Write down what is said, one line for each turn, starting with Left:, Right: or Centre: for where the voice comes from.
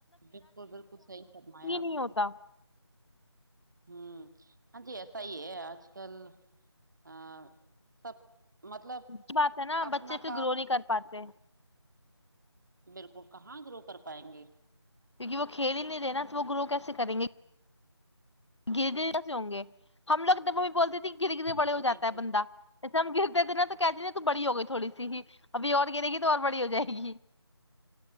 Right: بالکل بالکل صحی فرمایا آپ
Left: نہیں ہوتا
Right: نے ہوں ہاں جی ایسا صحیح ہے آج کل آ سب مطلب
Left: ا بات ہے نا
Right: اپنا
Left: بچے پھر
Right: کام
Left: گرو نہیں کر پاتے
Right: بالکل کہاں دروح کر پائیں گے
Left: کیونکہ وہ کھیل ہی نہیں رہے نا تو وہ گروہ کیسے کریں گے گر سے ہوں گے ہم لوگ جب ہم بھی بولتے تھے گرے گر بڑ ہواتا
Right: بالکل
Left: ہے بندہ جسے ہم گر اتے دن تو کہ ج تو بڑی ہو گئی تھوڑی سی ہی ابھی اور گنے گی تو اور بڑی ہو جائے گی